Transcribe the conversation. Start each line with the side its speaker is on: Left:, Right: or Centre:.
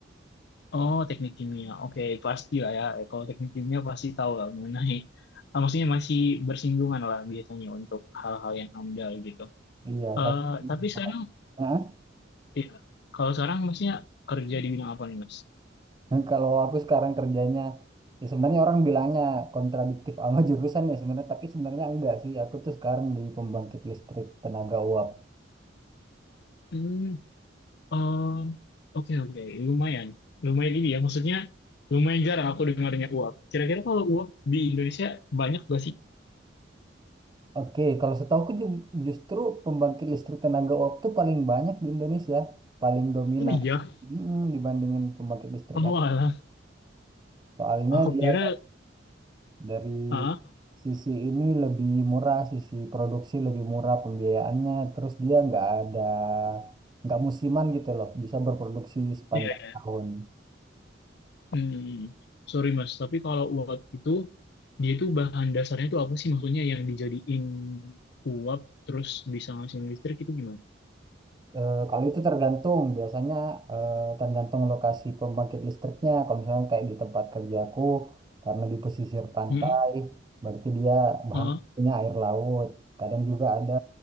Left: Oh, teknik kimia. Oke, pasti lah ya. Eh, Kalau teknik kimia pasti tahu lah mengenai, <laughs> ah, maksudnya masih bersinggungan lah biasanya untuk hal-hal yang amdal gitu.
Right: Iya,
Left: Eh,
Right: satu.
Left: tapi sekarang,
Right: Heeh.
Left: ya, kalau sekarang maksudnya kerja di bidang apa nih, Mas?
Right: Dan kalau aku sekarang kerjanya, ya sebenarnya orang bilangnya kontradiktif sama jurusan ya sebenarnya, tapi sebenarnya enggak sih. Aku tuh sekarang di pembangkit listrik tenaga uap.
Left: Hmm, eh, oke oke, Lumayan, lumayan ini ya. Maksudnya lumayan jarang aku dengarnya uap. Kira-kira kalau uap di Indonesia banyak gak sih?
Right: Oke, kalau setahuku ju- justru pembangkit listrik tenaga uap itu paling banyak di Indonesia, paling dominan
Left: Oh iya,
Right: Mm, dibandingin pembangkit listrik
Left: oh
Right: yang
Left: alah.
Right: soalnya
Left: Aku
Right: dia
Left: kira,
Right: dari
Left: ah,
Right: sisi ini lebih murah, sisi produksi lebih murah pembiayaannya, terus dia nggak ada nggak musiman gitu loh, bisa berproduksi sepanjang
Left: iya. iya.
Right: tahun.
Left: Hmm, sorry Mas, tapi kalau uap itu dia itu bahan dasarnya itu apa sih maksudnya yang dijadiin uap terus bisa ngasihin listrik itu gimana?
Right: Eh, kalau itu tergantung, biasanya eh, tergantung lokasi pembangkit listriknya. Kalau misalnya kayak di tempat kerjaku, karena di pesisir pantai,
Left: Hmm,
Right: berarti dia bahan
Left: heeh.
Right: bakunya air laut. Kadang juga ada